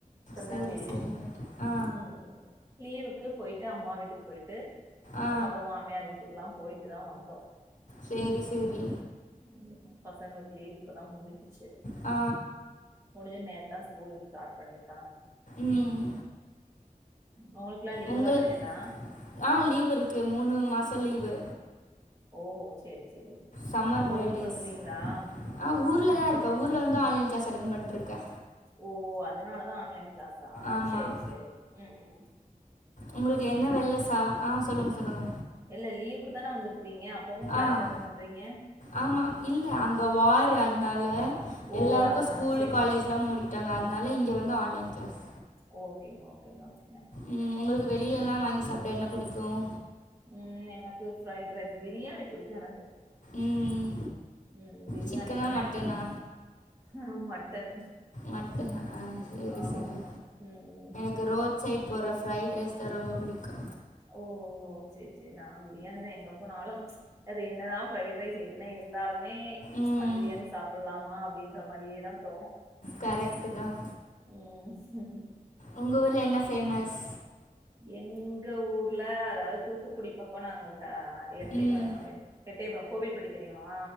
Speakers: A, on the right; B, on the left.
A: திருநெல்வேலி
B: சரி சரி ஆ
A: ம் லீவுக்கு போயிட்டு அம்மா வீட்டுக்கு போயிட்டு
B: ஆ
A: அப்றோ மாமியார் வீட்டுக்கெல்லா போயிட்டு தா வந்தோ
B: சேரி சேரி
A: ம் பசங்களுக்கு லீவ் இப்பதா முடிஞ்சிச்சி
B: ஆ
A: முடிஞ்சி நேத்தா ஸ்கூல் ஸ்டார்ட் பண்ணிருக்காங்க
B: ம்ம்
A: உங்களுக்குலா லீவ்லாம்லீவ்லா
B: உங்கள்
A: கெடையாதா
B: ஆ லீவ் இருக்கு மூணு மாசோ லீவு
A: ஓ சேரி சேரி
B: சம்மர்
A: அப்போ
B: ஹாலிடேஸ்
A: ஊருக்கு வந்துருவீங்களா
B: ஆ ஊர்ல தான் இருக்க ஊர்ல வந்து ஆன்லைன் க்ளாஸ் அட்டன் பண்ணிட்டுருக
A: ஓ அதனாலதா ஆன்லைன் கிளாஸா
B: ஆமாம்
A: சேரி சேரி உம் உம்
B: உங்களுக்கு என்ன வேலை சா ஆ சொல்லுங்க சொல்லுங்க
A: இல்ல லீவுக்கு தான வந்துருக்கீங்க அப்பவு கிளாஸ்
B: ஆ
A: அட்டன் பண்றீங்க
B: ஆமா இல்ல அங்க வார் அதனால
A: ஓ
B: எல்லாருக்கும்
A: அதனால
B: ஸ்கூலு
A: சேரி
B: காலேஜ்லா
A: சேரி
B: முடி ட்டாங்க அதனால இங்க வந்து ஆன்லைன் கிளாஸ்
A: ஓகேங்க ஓகேங்க ஓகேங்க
B: உம் உங்களுக்கு வெளியிலல்லா வாங்கி சாப்ட என்ன பிடிக்கும்
A: உம் எனக்கு ஃப்ரைட் ரைஸ் பிரியாணி பிடிக்கும் எனக்கு
B: ம்.
A: உம் பிரியாணினா
B: சிக்கனா?
A: நா
B: மட்டனா?
A: எங்க ஆ மட்டன்
B: மட்டனா? ஆ சரி,
A: ஆ
B: சரி.
A: ஆமா உம் உம்
B: எனக்கு ரோட் சைட் போடுற ஃப்ரைட் ரைஸ் தா ரொம்ப பிடிக்கும்
A: ஓ சேரி சேரி நா பிரியாணி தா எங்க போனாலும் அது என்னதா ஃப்ரைட் ரைஸ் என்ன இரு இருந்தாலுமே
B: ம்.
A: பிரியாணி சாப்டலாமா அப்படின்ற மாதிரியே தான் தோணும்
B: கரெக்ட்டு தான்
A: உம்
B: உங்க ஊர்ல என்ன ஃபேமஸ்?
A: எங்க ஊர்ல அதாவது தூத்துக்குடி பக்கம் நாங்க எட்டு
B: ம்.
A: எட்டயபுரம் கோவில்பட்டி தெரியுமா